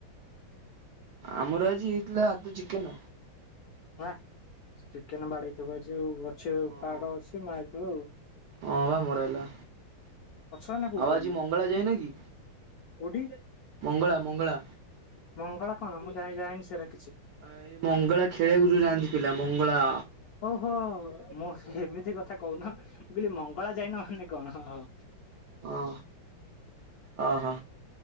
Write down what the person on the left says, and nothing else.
ବାଃ ଚିକେନ ବାଡେଇଥିବ ଆଜି ଅଛି
ବାଡ ଅଛି ମାରିଥିବ ଆଉ।
ଅଛ ଏଇନା କୋଉଠି
ଭାଇନା
କୋଉଠି।
ମଙ୍ଗଳା ଖଣ ମୁଁ ଯାାଇନି ଯାଇନି ସେଡ଼େ।
ଓ ହୋ ମୁଁ ଏମିତି କଥା କହୁନ ମୁଁ କହିଲି ମଙ୍ଗଳା ଯାଇନ ମାନେ କଣ ହଉ।